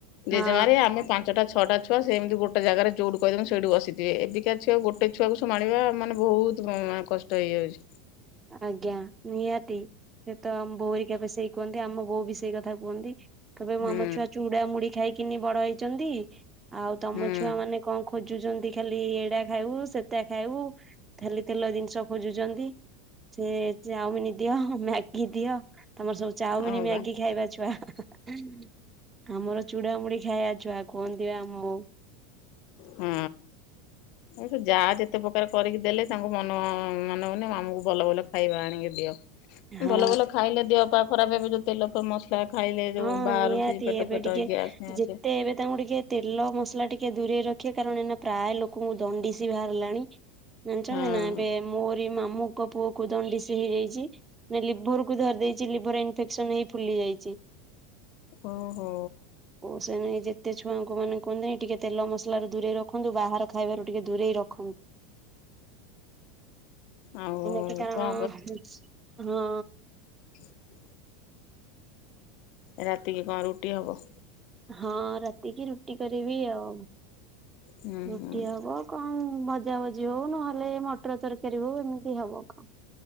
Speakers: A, on the right; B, on the left.
A: ହଁ
B: ଜେଜେମା ଏରିକା ଆମେ ପା ଞ୍ଚଟା ଛଅଟାଛୁଆ ସେମିତି ଗୋଟେ ଜାଗାରେ ଯଉଠୁ କହିଦେଉ ସେଇଠୁ ବସିଥିବେ। ଏବେକା ଛୁଆ ଗୋଟେ ଛୁଆକୁୁ ସମାଣିବା ମାନେ ବହୁତ ତୁ ମ କଷ୍ଟ ହେଇଯାଉଚି।
A: ଆଜ୍ଞା ନିହାତି ସେ ତ ଆମ ବୋଉହେରିକା ପା ସେଇ କୁହନ୍ତି ଆମ ବୋଉ ବି ସେଇ କଥା କୁହନ୍ତି। କବେ
B: ହୁଁ
A: ଆମ ଛୁଆ ଚୁଡା ମୁୁଡି ଖାଇକିନି ବଡ ହେଇଚନ୍ତି ଆଉ ତମ
B: ହୁଁ
A: ଛୁଆ ମାନେ କଣ ଖୋଜୁଚନ୍ତି ଖାଲି ଏଡା ଖାଇବୁ ସେଟା ଖାଇବୁ ଖାଲି ତେଲ ଜିନିଷ ଖୋଜୁଚନ୍ତି। ସେ ଚାଉମିନ ଦିଅ ମ୍ୟାଗି ଦିଅ। ତମର ସବୁ ଚାଉମିନ
B: ହଁ
A: ମ୍ୟାଗି
B: ବା
A: ଖାଇବା ଛୁଆ ଆମର ଚୁଡାମୁଡି ଖାଇଆ ଛୁଆ କୁହନ୍ତି ଆମ ବୋଉ।
B: ହଁ ଏ ଯା ଯେ ତେ ପ୍ରକାର କରିକି ଦେଲେ ତାଙ୍କୁ ମନ ମନଉନି ଆମକୁ ଭଲ ଭଲ ଖାଇବା ଆଣିକି ଦିଅ।
A: ହଁ
B: ଭଲ ଭଲ ଖାଇଲେ ଦେହ ପା ଖରାପ ହେବେ ଯୋଉ ତେଲ ମସଲା ଖାଇଲେ। ଯୋଉ
A: ହଁ
B: ବାହାରୁଛି
A: ନିହାତି
B: ପେଟ
A: ଏବେ
B: ଫେଟ
A: ଟିକେ
B: ଗ୍ୟାସ୍ ଫ୍ୟାସ୍
A: ଯେତେ ଏବେ ତାଙ୍କୁ ଟିକେ ତେଲ ମସଲା ଟିକେ ଦୂରେଇ ରଖିବେ କାରଣ ଏଇନା ପ୍ରାୟ ଲୋକଙ୍କୁ ଦଣ୍ଡିଶି ବାହାରିଲାଣି। ଜାଣିଚନ୍ତି
B: ହଁ
A: ନା ଏବେ ମୋରି ମାମୁଙ୍କ ପୁଅ କ ଦଣ୍ଡି ସେ ହେଇଯାଇଛି ନା ଲିଭର କୁ ଧରି ଦେଇଚି ଚି ଲିଭର ଇନଫେକ୍ସନ ହେଇ ଫୁଲି ଯାଇଚି।
B: ଓହୋ।
A: ସେ ନାଇ ଯେତେ ଛୁଆଙ୍କୁ ମାନେ କୁହନ୍ତିନି ଟିକେ ତେଲ ମସଲରୁ ଦୂରେଇ ରଖନ୍ତୁ ବାହାର ଖାଇବାରୁ ଟିକେ ଦୂରେଇ ରଖନ୍ତୁ।
B: ଆଉ
A: ଏତି କାରଣ
B: କଣ
A: ହଁ
B: ଓ <inaudible> ରାତିକି କଣ ରୁଟି ହେବ?
A: ହଁ ରାତିକି ରୁଟି କରିବି ଆଉ।
B: ହୁଁ
A: ରୁଟି
B: ହୁଁ।
A: ହବ- କଣ ଭଜା ଭଜି ହଉ ନହେଲେ ମଟର ତରକାରୀ ହଉ ଏମିତି ହବ କଣ।